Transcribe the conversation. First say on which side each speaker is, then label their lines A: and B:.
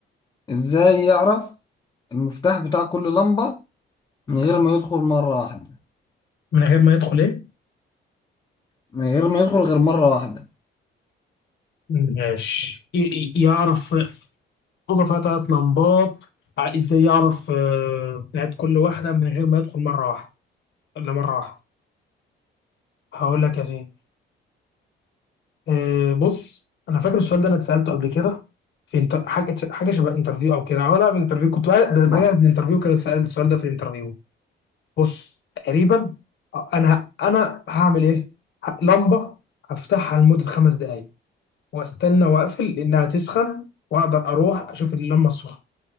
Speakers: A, on the left; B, on the left.
A: ازاي يعرف المفتاح بتاع كل لمبة من غير ما يدخل مرة واحدة
B: من غير ما يدخل ايه؟
A: من غير ما يدخل غير مرة واحدة
B: ماشي ي- ي- يعرف أوضة فيها تلات لمبات ع- ازاي يعرف آه، بتاعت كل واحدة من غير ما يدخل مرة واحدة ولا مرة واحدة هقول لك يا سيدي آه، بص أنا فاكر السؤال ده أنا اتسألته قبل كده في انت... حاجة حاجة شبه انترفيو أو كده أو لا في انترفيو كنت بقى- بجهز
A: صح
B: الانترفيو كان اتسأل السؤال ده في الانترفيو بص تقريبا آه، انا انا هعمل ايه ه- لمبه هفتحها لمده خمس دقائق واستنى واقفل لانها تسخن واقدر اروح اشوف اللمبه السخنه